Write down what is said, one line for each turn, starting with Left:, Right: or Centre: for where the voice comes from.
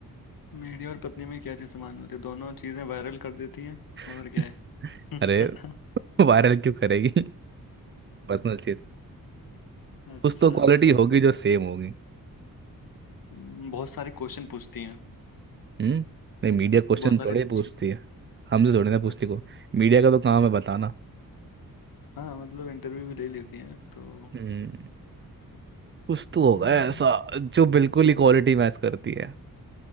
Left: मेरी और पत्नी में क्या चीज समान होती है दोनों चीजें वायरल कर देती हैं और
Right: <laughs>
Left: क्या है
Right: अरे
Left: <laughs>
Right: वायरल क्यों करेगी <laughs> पर्सनल चीज
Left: अच्छा
Right: कुछ तो क्वालिटी
Left: तो
Right: होगी
Left: नहीं
Right: जो सेम होगी
Left: हम्म, बहुत सारे क्वेश्चन पूछती हैं
Right: हम्म नहीं मीडिया क्वेश्चन
Left: बहुत सारे
Right: थोड़े
Left: क्वेश्चन
Right: पूछती है हमसे थोड़ी ना पूछती
Left: अच्छा
Right: को मीडिया का तो काम है बताना
Left: हाँ मतलब इंटरव्यू भी ले लेती हैं तो
Right: हम्म कुछ तो होगा
Left: हम्म
Right: ऐसा जो बिल्कुल इक्वालिटी मैच करती है